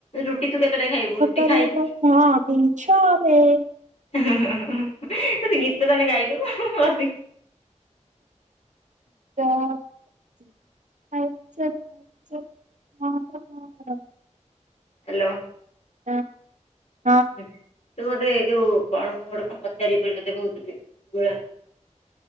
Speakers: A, on the left; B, on the right.
A: ରୁଟି ତୁ କେତେଟା ଖାଇବୁ?
B: ସତରେ
A: ରୁଟି ଖାଇ
B: ନୁହଁ ମିଛରେ
A: ଗୋଟେ ଗୀତ ତାହେନେ ଗାଇଲୁ। <unintelligible>
B: <unintelligible> <unintelligible>
A: ହାଲୋ।
B: <unintelligible>
A: ତୁ ବୋଧେ ଯୋଉ କଣ ମୁଁ ଗୋଟେ କଣ ପଚାରି ତତେ କହୁଥିଲି <unintelligible>